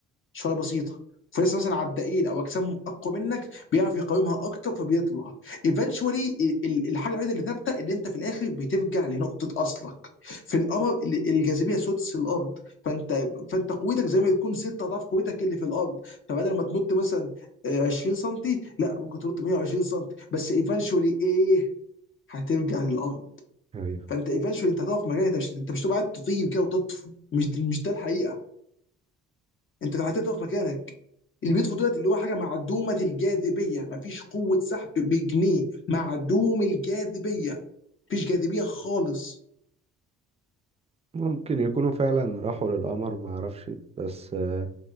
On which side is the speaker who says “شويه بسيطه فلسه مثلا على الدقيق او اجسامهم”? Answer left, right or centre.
Left